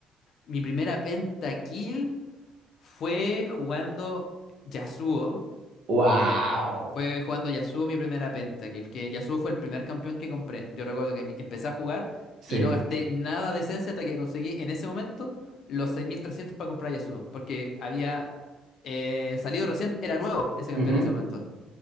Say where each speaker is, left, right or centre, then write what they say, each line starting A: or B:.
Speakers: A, on the left; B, on the right.
A: Mi primera pentakill fue jugando Yasuo.
B: ¡Wow!
A: Fue jugando Yasuo mi primera pentakill. Que Yasuo fue el primer campeón que compré. Yo recuerdo que mi- empecé a jugar
B: Sí.
A: y no gasté nada de esencia hasta que conseguí en ese momento los 6300 para comprar Yasuo. Porque había eh, salido recién, era nuevo ese campeón
B: Ujú,
A: en ese momento.